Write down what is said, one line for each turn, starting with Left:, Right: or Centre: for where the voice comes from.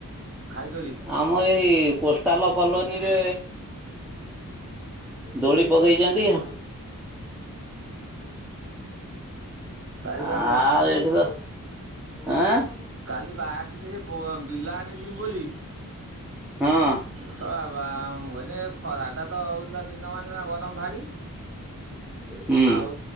Right: ଖାଇ ଦୋଳି।
Centre: ଆମର ଏଇ କୋଷ୍ଟାଲ କଲୋନୀରେ ଦୋଳି ପକେଇଛନ୍ତି <inaudible>
Right: କାଲି
Centre: ଆଉ
Right: ବା ବାଟ
Centre: ଏଠି ତ ଆଁ
Right: କାଲି ବାର ସେ ବିଲ ଆଡେ ବୋଲି
Centre: ହଁ
Right: ଖରାପ ବ ମୁ କହିଲି ଖରା ଟା ତ ହଉଥିଲା ଦିନ ମାନ ଗରମ ଭାରି
Centre: ହୁଁ
Right: ଆଉ